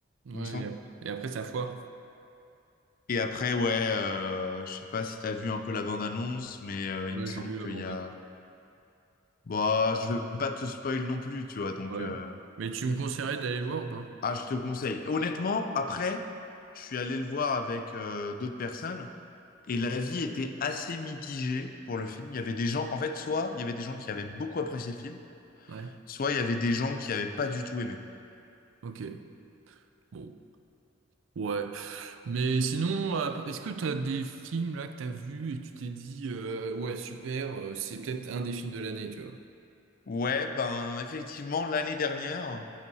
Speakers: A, on the right; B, on the left.
A: Ouais,
B: il me semble.
A: et après et après, ça foire.
B: Et après, ouais, euh, je sais pas si t'as vu un peu la bande-annonce, mais euh,
A: Ouais,
B: il me semble
A: j'ai vu
B: qu'il
A: ah bon,
B: y
A: bah,
B: a... Bah, je veux pas te spoil non plus, tu vois, donc...
A: Ouais.
B: euh,
A: Mais tu me conseillerais d'aller le voir ou pas?
B: Ah, je te conseille. Honnêtement, après, je suis allé le voir avec euh, d'autres personnes. Et l'avis était assez mitigé pour le film. Il y avait des gens, en fait, soit il y avait des gens qui avaient beaucoup apprécié le film,
A: Ouais.
B: soit il y avait des gens qui avaient pas du tout aimé.
A: Ok. Bon. Ouais. Mais sinon, euh, est-ce que t'as des films là que t'as as vus et tu t'es dit euh, ouais, super, euh, c'est peut-être un des films de l'année, tu vois.
B: Ouais, ben effectivement, l'année dernière,